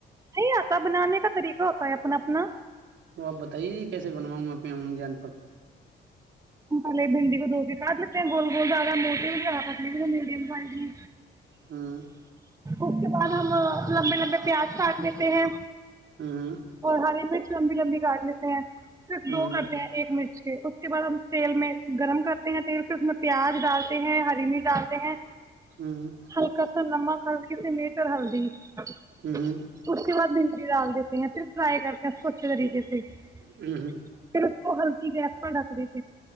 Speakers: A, on the right; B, on the right.
A: نہیں آتا بنانے کا طریقہ ہوتا ہے اپنا اپنا
B: تو آپ بتائیے جی کیسے بنواؤں گا اپنی ا جان پر
A: ملے بھنڈی کو دھو کے کاٹ لیتے ہیں گول گول زیادہ موٹی میڈیم ہ
B: ہوں
A: اس کے بعد ہم لمبے لمبے پیاز کاٹ لیتے ہیں
B: ہوں
A: اور ہری مرچ لمبی لمبی کاٹ لیتے ہیں صرف
B: ہوں
A: دو کرتے ہیں ایک مرچ کے اس کے بعد ہم تیل میں گرم کر تیل سے اس میں پیاز ڈالتے ہیں ہرینی ڈالتے ہیں
B: ہوں
A: ہلکا سا نمک ہلکی سی میٹ اور ہلدی
B: ہوں
A: اس کے بعد پی ڈال دیتے ہیں پھر فرائی کرتے ہیں سوچھ طریقے سے پھر
B: ہوں
A: کو ہلکا کی گیپ پڑک رہ جب